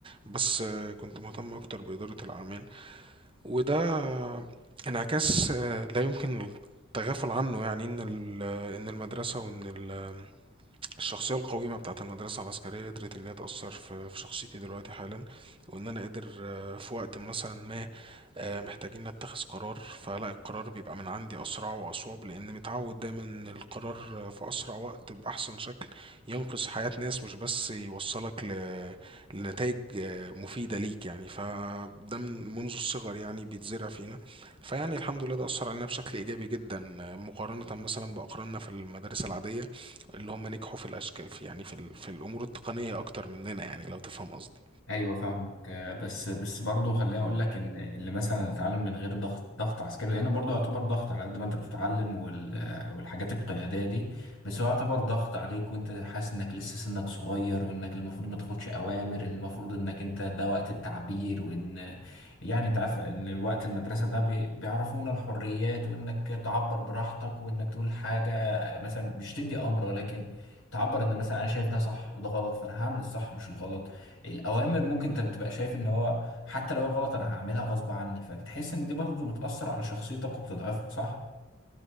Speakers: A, on the right (about 25°); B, on the left (about 85°).
A: بس آه، كنت مهتم أكتر بإدارة الأعمال وده آه، انعكاس آه، لا يمكن التغافل عنه يعني إن ال- آه، إن المدرسة وإن ال- الشخصية القويمة بتاعة المدرسة العسكرية قدرت إن هي تأثر في في شخصيتي دلوقتي حالا وإن أنا قادر آه، في وقت مثلا ما آه، محتاجين نتخذ قرار فلا القرار بيبقى من عندي أسرع وأصوب لأن متعود دايما إن القرار آه، في أسرع وقت بأحسن شكل ينقذ حياة ناس مش بس يوصلك ل... لنتائج آه، مفيدة ليك يعني فده من منذ الصغر يعني بيتزرع فينا فيعني الحمد لله ده أثر علينا بشكل إيجابي جدا آه، مقارنة مثلا بأقراننا في المدارس العادية اللي هم نجحوا في الأشك في يعني في, ال... في الأمور التقنية أكتر مننا يعني لو تفهم قصدي
B: ايوه فاهمك آه، بس بس برضه خليني اقول لك ان اللي مثلا اتعلم من غير ضغط ضغط عسكري لان برضه يعتبر ضغط على قد ما انت بتتعلم وال آه، والحاجات القياديه دي بس هو يعتبر ضغط عليك وانت حاسس انك لسه سنك صغير وانك المفروض ما تاخدش اوامر المفروض انك انت ده وقت التعبير وان يعني انت عارف ان وقت المدرسه ده بي- بيعرفونا الحريات وانك تعبر براحتك وانك تقول حاجه مثلا مش تدي امر ولكن تعبر ان مثلا انا شايف ده صح وده غلط فانا هعمل الصح مش الغلط الأوامر ممكن أنت بتبقى شايف إن هو حتى لو هي غلط أنا هعملها غصب عني فبتحس إن دي برضه بتأثر على شخصيتك وبتضعفها صح؟